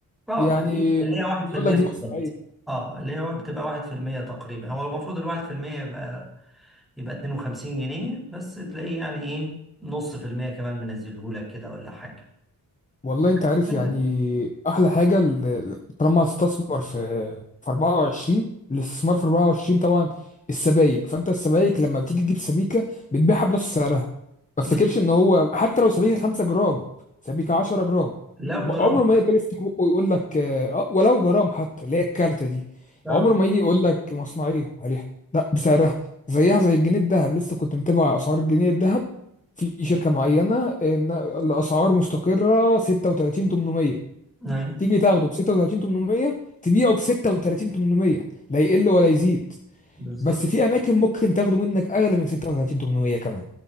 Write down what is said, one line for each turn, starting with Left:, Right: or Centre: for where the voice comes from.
Centre: اه
Left: يعني
Centre: اللي اللي هي 1%
Left: بيقول لك دي
Centre: بالظبط
Left: مصنعية
Centre: اه اللي هو بتبقى 1% تقريبا هو المفروض ال 1% يبقى يبقى 52 جنيه بس تلاقيه يعني ايه نص في المية كمان منزلهولك كده ولا حاجة
Left: والله انت
Centre: استنى.
Left: عارف يعني احلى حاجه ال- طالما هتستثمر في في 24 الاستثمار في 24 طبعا السبائك فانت السبائك لما بتيجي تجيب سبيكه بتبيعها بنفس سعرها ما
Centre: ب-
Left: افتكرش ان هو حتى لو سبيكه 5 جرام سبيكه 10 جرام
Centre: لو
Left: م-
Centre: جرام
Left: عمره ما يقدر يفتح بقه ويقول لك اه آه، ولو جرام حتى اللي هي الكارت دي
Centre: اه
Left: عمره ما يجي يقول لك مصنعيه عليها لا بسعرها زيها زي الجنيه الذهب لسه كنت متابع اسعار الجنيه الذهب في شركة معينة إن الأسعار مستقرة 36 800
Centre: نعم
Left: تيجي تاخده ب 36 800 تبيعه ب 36 800 لا يقل ولا يزيد
Centre: بالظبط
Left: بس في أماكن ممكن تاخده منك أغلى من 36 800 كمان